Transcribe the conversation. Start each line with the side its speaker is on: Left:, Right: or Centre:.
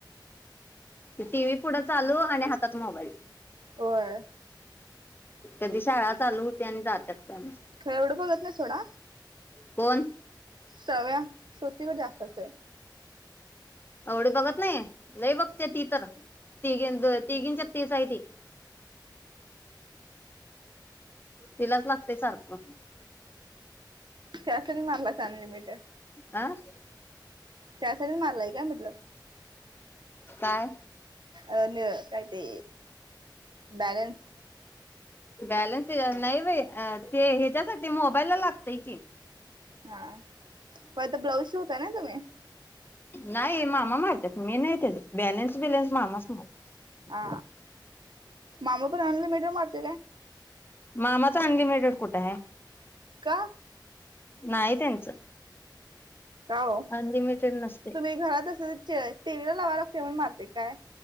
Left: टी व्ही पुढं चालू आणि हातात मोबाईल
Right: होय.
Left: कधी शाळा चालू होते आणि जात्यात काय
Right: खर एवढं बघत नाही सोडा
Left: कोण
Right: सव्या श्रुतीवर जास्तचये
Left: एवढ बघत नाही लई बघते ती तर तिघींच तिघीच तेच आहे ती तिलाच लागतेय सारखं
Right: त्यासाठी मारलास अनलिमिटेड
Left: <inaudible>
Right: त्यासाठीच मारलाय काय म्हटलं
Left: काय?
Right: अ न काय ते बॅलन्स
Left: बॅलन्स नाही बाइ ते हेच्यासाठी मोबाईलला लागतय की
Right: हा पण आता ब्लाऊज शिवताय ना तुम्ही
Left: नाही मामा मारत्यात मी नाही त्याच बॅलेन्स बिलेन्स मामाच मारत
Right: आ मामा पण अनलिमिटेड मारत्योय काय?
Left: मामा च अनलिमिटेड कुठं हाय
Right: का?
Left: नाही त्यांचं.
Right: का ओ?
Left: अनलिमिटेड नसते
Right: तुम्ही घरात असं तर टीव्हीला लावा लागते म्हणून मारते. काय?